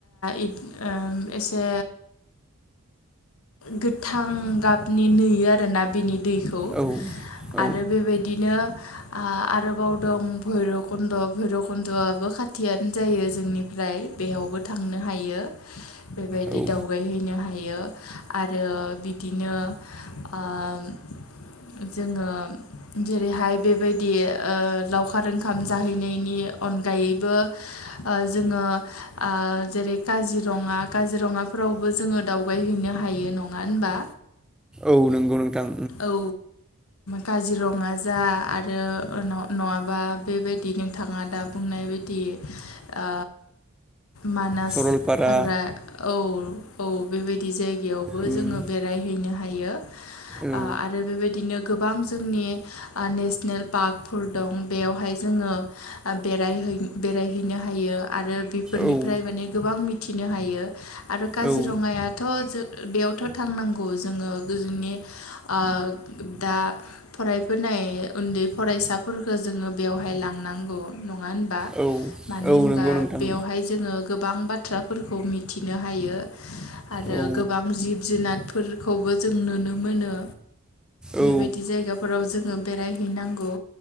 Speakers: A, on the left; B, in the centre.
A: इत ओ एसे। ओ गोथां गाबनि नुयो आरोना बिदि। दैखौ
B: औ औ
A: आरो बेबायदिनो आ-आरोबाव दं भैरब। कन्द' भैरबकुन्द'आबो खाथियानो जायो जोंनिफ्राय बेयावबो थांनो हायो। बेबायदि
B: औ
A: दावबायहैनो हायो। यो आरो बिदिनो ओ। जोङो जेरैहाय बेबायदि ओ लावखार ओं। खाम जाहैनायनि अनगायैबो ओ जोङो ओ जेरै-काजि। रङा काजिरङाफोरावबो जोङो दावबायायहैनो हायो नङा होनबा?
B: औ नंगौ नोंथां।
A: औ काजिरङा जा आरो न-नङाबा। बेबायदि नोंथाङा दा बुंनाय बायदि ओ। मानास
B: सरलपारा
A: हाग्रा औ-औ बेबायदि जाय। गायावबो
B: उम
A: जोङो बेहैनो हायो ओ
B: औ
A: आरो बेबायदिनो। गोबां जोंनि ओ नेसनेल पार्कफोर दं बेयावहाय। जोङो बेरायहै- बेरायहैनो हायो आरो बेफोरनिफ्राय
B: औ
A: माने गोबां मिथि। नो हायो आरो काजिरङायाथ'
B: औ
A: जों। बेयावथ' थांनांगौ जोङो जोंनि ओ दा फरायफुनाय। उन्दै फरायसाफोरफोरखौ जोङो। बेवहाय लांनांगौ नङा होनबा?
B: औ
A: मानो
B: औ
A: होनबा
B: नंगौ नोंथां
A: बेवहाय जोङो गोबां बा। थ्राफोरखौ मिथिनो हायो आरो
B: औ
A: गोबां जिब- जुनार। फोरखौबो जों नुनो मोनो
B: औ
A: बेबायदि जायगाफोराव जोङो। बेरायहैनांगौ